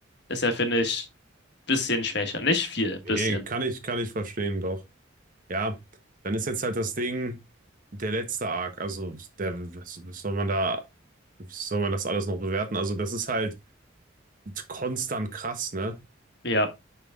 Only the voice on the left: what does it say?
ist er, finde ich, bisschen schwächer. Nicht viel, bisschen.
Ja,